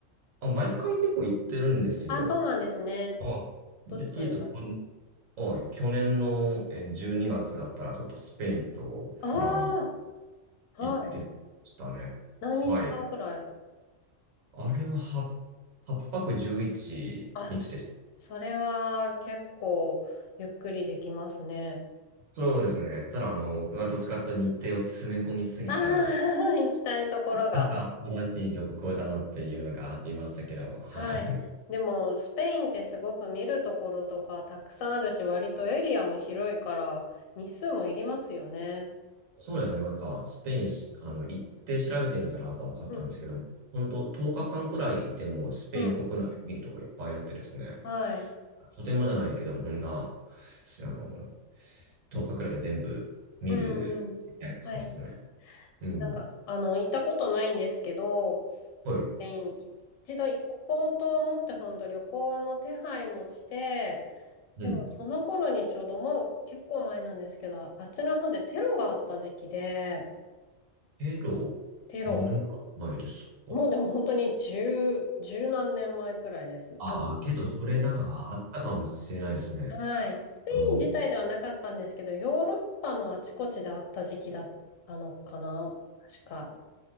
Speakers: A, on the right (about 85°); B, on the left (about 90°).
A: あ、毎回結構行ってるんですよ。
B: あ、そうなんですね。
A: あ、実を言うと、
B: どちらに
A: はい、去年のえー12月だったら、ちょっとスペインとフランス
B: ああ、
A: 行ってましたね。
B: はい。何日間くらい
A: はい。あれはは8泊11日です。
B: あ、それは結構ゆっくりできますね。
A: そうですね。ただ、あの、僕がどっちかというと日程を詰め込みすぎちゃう人、
B: ああ、<laughs> 行きたいところが。
A: なんか、新しい旅行だなっていうのがあっていましたけども、はい。
B: はい。でも、スペインってすごく見るところとかたくさんあるし、割とエリアも広いから、日数もいりますよね。
A: そうですね。なんか、スペインあの、行って調べてみたら、やっぱ分かったんですけども、
B: うん。
A: 本当10日間くらいいても、スペイン国内見るとこいっぱいあってですね。
B: うん。はい。
A: とてもじゃないけども、こんな、すあの、10日くらいじゃ全部見るみたいな感じですね。
B: うんうん。はい。
A: うん。
B: なんか、あの、行ったことないんですけど、
A: はい。
B: スペイン一度行こうと思って、本当旅行の手配もして、
A: うん。
B: でもその頃にちょうどもう結構前なんですけど、あっちの方でテロがあった時期で、
A: けど、
B: テロ、
A: 何年か前ですか。
B: もうでも本当に十、十何年前くらいです。
A: ああ、
B: あの、
A: けど、それなんかあったかもしれないですね。
B: はい、スペイン自体ではなかったんですけど、
A: あの、
B: ヨーロッパのあちこちであった時期だったのかな、確か。